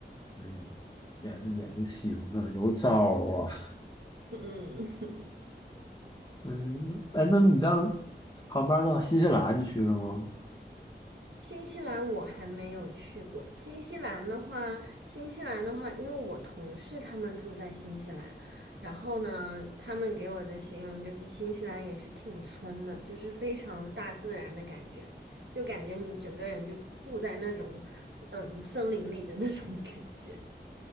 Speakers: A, on the left; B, on the right.
A: 嗯也是也是行啊，有招儿啊。
B: 嗯嗯，
A: 嗯，哎，那你像旁边儿到新西兰去了吗？
B: 新西兰我还没有去过。新西兰的话，新西兰的话，因为我同事他们住在新西兰，然后呢，他们给我的形容就是新西兰也是挺村的，就是非常大自然的感觉，就感觉你整个人就住在那种嗯森林里的那种感觉。